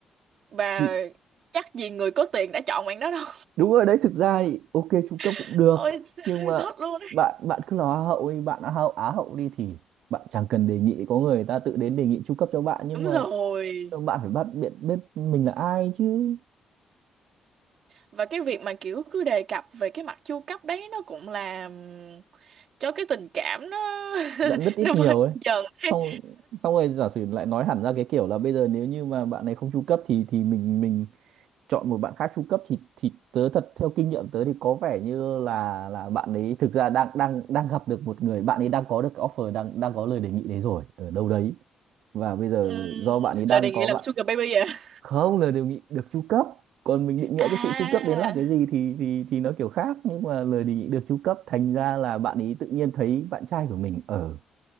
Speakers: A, on the right; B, on the right.
A: và
B: Bị-
A: chắc gì người có tiền đã chọn bạn đó đâu.
B: đúng rồi đấy thực ra thì ok trung cấp cũng
A: <laughs>
B: được
A: Ôi,
B: nhưng mà
A: thất luôn ấy.
B: bạn bạn cứ là Hoa hậu đi bạn là Hoa hậu Á hậu đi thì bạn chẳng cần đề nghị có người ta tự đến đề nghị trung cấp cho bạn nhưng
A: Đúng
B: mà
A: rồi.
B: nhưng mà bạn phải bắt biết biết mình là ai chứ
A: và cái việc mà kiểu cứ đề cập về cái mặt chu cấp đấy nó cũng làm cho cái tình cảm nó
B: dặn
A: <laughs>
B: rất ít
A: nó
B: nhiều
A: vơi
B: ấy
A: đi dần
B: xong
A: ấy.
B: xong rồi giả sử lại nói hẳn ra cái kiểu là bây giờ nếu như mà bạn này không trung cấp thì thì mình mình chọn một bạn khác trung cấp thì thì tớ thật theo kinh nghiệm tớ thì có vẻ như là là bạn ấy thực ra đang đang đang gặp được một người bạn ấy đang có được cái offer đang đang có lời đề nghị đấy rồi ở đâu đấy và bây giờ
A: Ừm,
B: do bạn ấy đang
A: lời đề nghị
B: có
A: làm
B: bạn
A: sugar baby à
B: không lời đề nghị được trung cấp còn mình định nghĩa
A: à
B: cái sự trung cấp đến là cái gì thì thì thì nó kiểu khác nhưng mà lời đề nghị được trung cấp thành ra là bạn ấy tự nhiên thấy bạn trai của mình ở